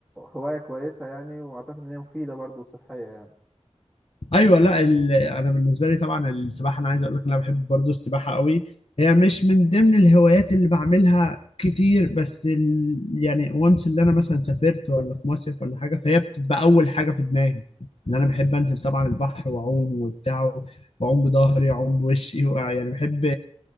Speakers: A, in the centre; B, on the left (about 60°).
A: هواية كويسة يعني واعتقد ان هي مفيدة برضه وصحية يعني
B: ايوه لا ال... انا بالنسبه لي طبعا السباحه انا عايز اقول لك ان انا بحب برضو السباحه قوي هي مش من ضمن الهوايات اللي بعملها كتير بس ال... يعني وانس اللي انا مثلا سافرت ولا في مصيف ولا حاجه فهي بتبقى اول حاجه في دماغي ان انا بحب انزل طبعا البحر واعوم وبتاع واعوم بظهري واعوم بوشي وع- يعني بحب